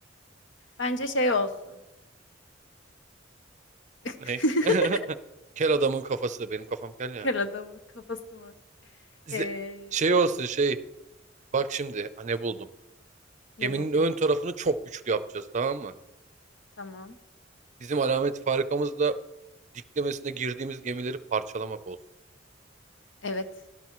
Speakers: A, on the left; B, on the right.
A: Bence şey olsun. <laughs>
B: Ne? <laughs> Kel adamın kafası. Benim kafam kel ya.
A: Kar adamı kafası mı?
B: Z-
A: Ee,
B: şey olsun şey. Bak şimdi. Ha, ne buldum.
A: ne
B: Geminin
A: buldun?
B: ön tarafını çok güçlü yapacağız tamam mı?
A: Tamam.
B: Bizim alamet farikamız da diklemesine girdiğimiz gemileri parçalamak olsun.
A: Evet.